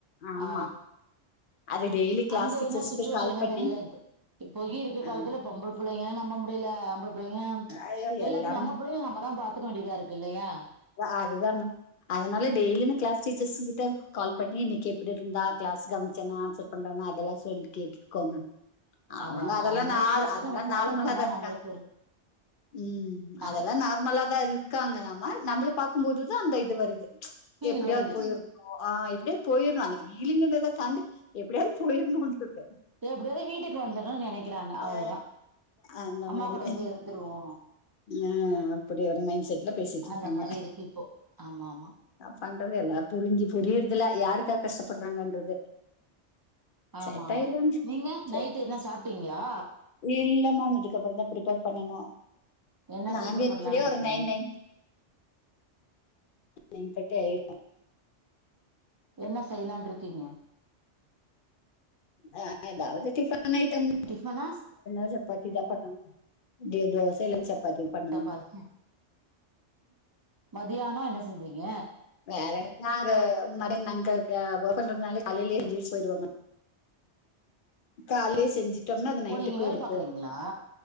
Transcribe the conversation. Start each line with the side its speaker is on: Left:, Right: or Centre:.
Left: ஆமா
Right: ஆ
Left: அது டெய்லி கிளாஸ்
Right: அங்க
Left: டீச்சர்ஸ்க்கு
Right: என்ன சுச்சுவேஷன்
Left: கால்
Right: என்னு
Left: பண்ணி
Right: தெரியல பொகி இருக்க
Left: ஆ
Right: காலத்துல பொம்பளப் பிள்ளைங்கள நம்ப முடியல ஆம்பளை பிள்ளைங்க
Left: ஐயோ
Right: எல்லாத்தையு
Left: எல்லாமே
Right: நம்ம பிள்ளைங்க நம்மதா பாத்துக்க வேண்டியதா இருக்கு இல்லையா
Left: அ அதுதானா அதனால டெய்லி இந்த க்ளாஸ் டீச்சர்ஸ் கிட்ட கால் பண்ணி இன்னைக்கு எப்படி இருந்தா க்ளாஸ் கவனச்சானா ஆன்சர் பண்றா அதெல்லா சொல்லி கேட்டுருக்கோம
Right: அத
Left: அவங்க அதெல்லா
Right: அது மாரி கேட்டு
Left: அதெல்லா
Right: நம்ம ஃபாலோ
Left: நார்மலா
Right: பண்ணா
Left: தா இருக்கா
Right: நம்மளுக்கு ஒரு
Left: ம்
Right: நம்
Left: அதெல்லா நார்மலா தா இருக்காங்க நாம நம்மள பாக்கும் போதுதா அந்த இது வருது
Right: ஃபீல்
Left: எப்படியாவது
Right: வருது
Left: போயிரு ஓ ஆ எப்படியாவது போயிறணு அந்த பீலிங்கன்றத தாண்டி எப்படியாவது போயிடணும்ன்றது
Right: எப்படியாவது வீட்டுக்கு வந்துறணுனு நெனைக்கிறாங்க அவ்வளவுதா
Left: ஆ அந்த
Right: அம்மா
Left: மாரி
Right: கூட வந்து இருந்துருவோ
Left: ஆ அப்படி ஒரு மைண்ட் செட்ல பேசிட்டு இருக்காங்க
Right: அந்த மாரி இருக்கு இப்போ ஆமா ஆமா
Left: பண்றது எல்லா புரிஞ்சு புரியறதுல யாருக்கா கஷ்டப்படுறாங்கன்றது
Right: ஆமா
Left: செட்
Right: ஆமா
Left: ஆயிருவாங்க
Right: நீங்க
Left: செ-
Right: நைட்டு என்ன சாப்ட்டீங்களா
Left: இல்ல மேம் இதுக்கப்பறந்தா பிர்ப்பேர் பண்ணனு
Right: என்ன
Left: நாங்க
Right: ப்ரிப்பேர் பண்லான்ட்டு
Left: இப்படியோ
Right: இருக்கீங்க
Left: ஒரு நைன் நைன் என் <inaudible> கட்ட ஐ
Right: என்ன செய்யலான்ருக்கீங்க
Left: ஆ அதாவது டிபன் ஐட்டம்
Right: டிஃபனா
Left: <inaudible> சப்பாத்திதா பண்ணனு டியோ தோசை எல்லா சப்பாத்தி பண்ணணு
Right: சப்பாத்தி மதியானோ என்ன செஞ்சீங்க
Left: வேற என்ன நாங்க மட நாங்ககு கோபர்தனாலே கலையில எஞ்சி விஷ் போயிடுவாங்க காலையே செஞ்சிட்டோம்னா அது நைட்டுக்கூ
Right: ஓ நீங்க வேல
Left: இருக்கூ
Right: பாக்குறீங்களா